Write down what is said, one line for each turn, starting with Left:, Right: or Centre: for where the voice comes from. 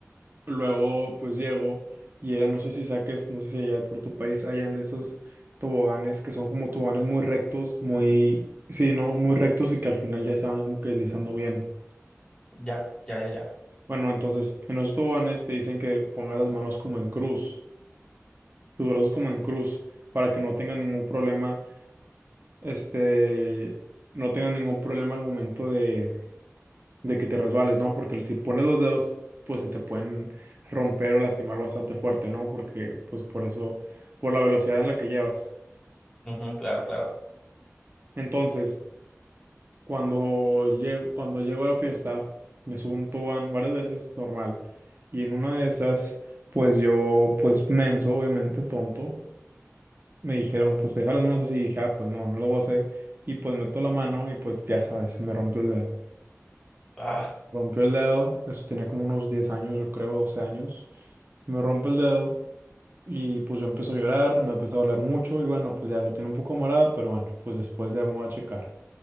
Right: luego pues llego y era, no sé si saques, no sé si allá por tu país hayan de esos toboganes que son como toboganes muy rectos, muy, sí, ¿no? Muy rectos y que al final ya se van como que deslizando bien.
Left: Ya, ya, ya, ya.
Right: Bueno, entonces en los toboganes te dicen que pongas las manos como en cruz, tus brazos como en cruz para que no tengan ningún problema este, no tengan ningún problema al momento de, de que te resbales, ¿no? Porque si pones los dedos, pues se te pueden romper o lastimar bastante fuerte, ¿no? Porque, pues por eso, por la velocidad en la que llevas.
Left: Ujú, claro, claro.
Right: Entonces, cuando llego, cuando llego a la fiesta, me subo un tobogán varias veces, normal. Y en una de esas, pues yo, pues menso, obviamente, tonto, me dijeron, pues deja las manos así. Y dije, ah, pues no, no lo voy a hacer. Y pues meto la mano y pues ya sabes, se me rompe el dedo.
Left: Ah,
Right: rompió el dedo, eso tenía como unos 10 años, yo creo, 12 años. Se me rompe el dedo y pues yo empecé a llorar, me empezó a doler mucho y bueno, pues ya lo tiene un poco morado, pero bueno, pues después ya me voy a checar.